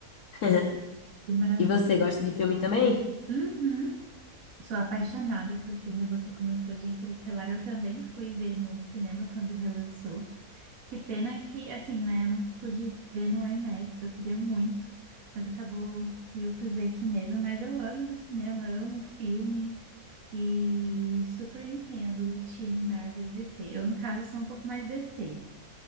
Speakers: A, on the left; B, on the right.
A: <laughs>
B: Que maravilha!
A: E você gosta de filme também?
B: Uhum. Sou apaixonada por filme, você comentou de Interestelar, eu também fui ver no cinema quando relançou. Que pena que, assim, né, eu não pude ver no IMAX, eu queria muito, mas acabou que eu fui ver aqui mesmo. Mas eu amo ir no cinema, amo um filme e super entendo o time Marvel e DC. Eu, no caso, sou um pouco mais DC,